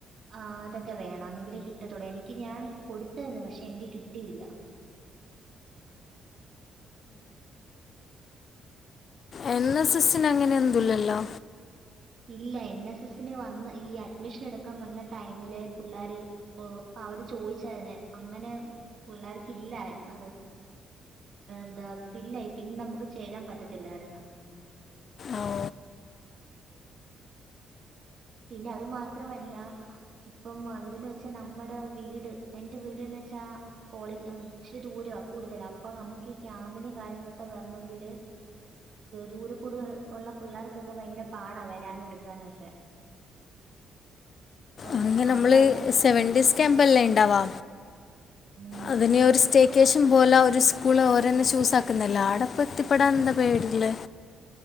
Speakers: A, on the right; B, on the left.
A: അതൊക്കെ വേണം ന്നെങ്കിലെ കിട്ടത്തോടെ എനിക്ക് ഞാൻ കൊട് ര്ന്നു പക്ഷെ എനിക്ക് കിട്ടിയില്ല
B: എൻ എസ് എസ് ന് അങ്ങനെന്തുല്ലല്ലോ
A: ഇല്ല എൻ എസ് എസ് ന് വന്ന ഈ അഡ്മിഷൻ എടുക്കാൻ വന്ന ടൈമില് പിള്ളേര് പോ അവര് ചോയിച്ചേനെ അങ്ങനെ പിള്ളേർ ഫില്ലായി ആ ന്താ ഫില്ലായി പിന്നെ നമുക്ക് ചേരാൻ പറ്റത്തില്ലായിരുന്നു
B: ഓ
A: പിന്നെ അത് മാത്രമല്ല ഇപ്പം അവര്ന്ന് വെച്ചാ നമ്മടെ വീട് എന്റെ വീട്ന്ന് വെച്ചാ കോളേജ് ത്തിരി ദൂര കൂടുതല അപ്പൊ നമുക്ക് ഈ ക്യാമ്പിനും കാര്യങ്ങളൊക്കെ വരണമെങ്കില് ദൂരെ കൂടുതൽ ഉള്ള പിള്ളേർക്കൊക്കെ ഭയങ്കര പാടാ വരാനും എടുക്കാനും ഒക്കെ അപ്പം
B: അങ്ങെ നമ്മള്
A: അവരതിനനുസ
B: സെവൻ ഡേയ്സ് ക്യാമ്പല്ലെണ്ടാവാ
A: ഉം
B: അതിനെ ഒരു സ്റ്റേ ക്കേഷം പോല ഒരു സ്കൂള് ഓരോന്നെ ചൂസാക്കുന്നല്ല ആടപ്പത്തിപ്പെടാനെന്താ പേടിളേ